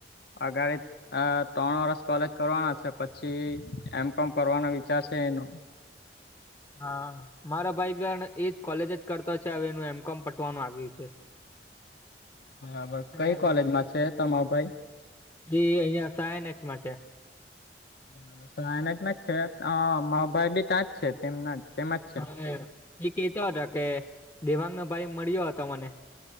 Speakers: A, on the left (about 60°); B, on the left (about 20°).
A: અગારે અ ત્રણ વર્ષ કોલેજ કરવાના છે પછી એમ કોમ કરવાનો વિચાર છે એનો.
B: હા મારા ભાઈ બેન એજ કોલેજ જ કરતો છે હવે એનું એમ કોમ પટવાનું આવ્યું છે.
A: બરાબર
B: છેલ્લા
A: કઈ કોલેજમાં છે તમારો ભાઈ.
B: જી અહિયાં સાયન એક્સ માં છે.
A: બબ તો એના જમાં છે મોબાઈલી ત્યાંજ છે તેમના જ. તેમાં છે.
B: હા એ કતો હતો કે દેવાંગ નો ભાઈ મળ્યો હતો મને